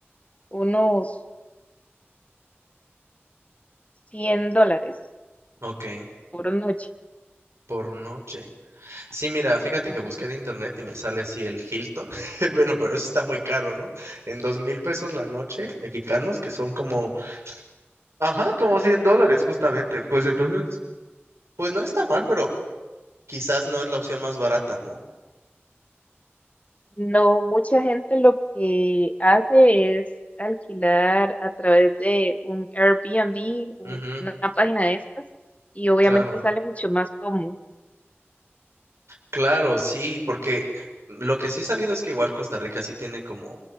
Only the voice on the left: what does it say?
unos 100 dólares
por noche.
Ajá.
No, mucha gente lo que hace es alquilar a través de un Airbnb o
una página de estas y obviamente
sale mucho más cómodo.